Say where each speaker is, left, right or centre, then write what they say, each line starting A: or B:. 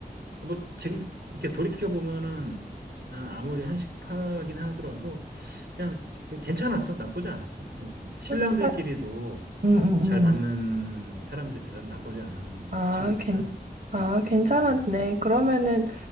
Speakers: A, on the right; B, on the right.
A: 뭐 지금 이렇게 돌이켜 보면은 난 아무리 한식파긴 하더라도 그냥 그 괜찮았어. 나쁘지 않았어. 신랑들끼리도
B: 음, 파- 음, 음.
A: 잘
B: 음.
A: 맞는 사람들이라 나쁘지 않은
B: 아,
A: 친구들이라.
B: 괜, 아, 괜찮았네.
A: 음.
B: 그러면은